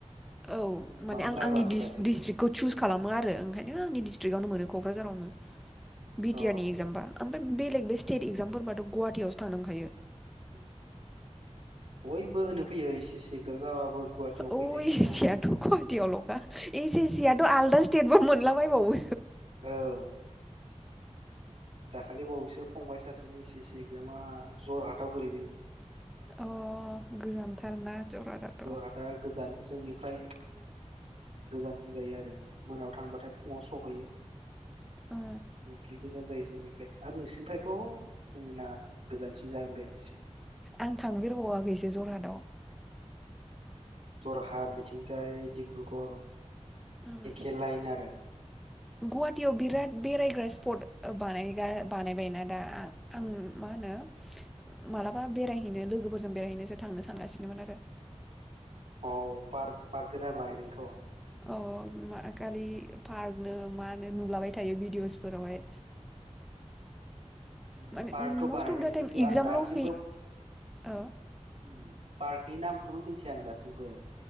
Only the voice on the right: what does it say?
खिन्थु मानो
लाबोआखै
दासिमबो
औ
ओम बयबो होनो फैयो एस सि सि इक्जाम जाबाबो
गुवाहाटियाव फैनाय खोनायो
औ दाखालि बावैसो फंबाय सासेनि एस सि सि एगजामा जरहाटाव गोलैदों
जरहाटा गोजान जोंनि फ्राय गोजान होनजायो आरो मोनायाव थांबाथाय फुङाव सहैयो
बिबदि गोजान जायो जोंनिफ्राय आरो नोंसिनिफ्रायथ' बुंनो नाङा गोजान सिन जागोन बे एसे
जरहाट बिथिंजाय डिब्रुगर
एखे लाइन आरो
औ पार्क पार्क गोदान बानायदोंथ' औ
ओम
पार्कथ'
बानायदों
खिन्थु
आं दासिमबो
उम पार्क बे नामखौनो मिथिया आं दासिमबो।